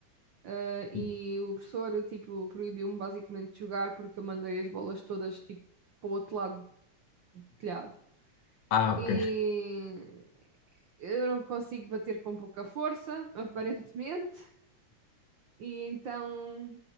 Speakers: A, on the right; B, on the left.
A: eh, e
B: Sim.
A: o professor, tipo, proibiu-me basicamente de jogar porque eu mandei as bolas todas, tipo, para o outro lado do telhado.
B: Ah, ok.
A: E eu não consigo bater com pouca força, <laughs> aparentemente, e então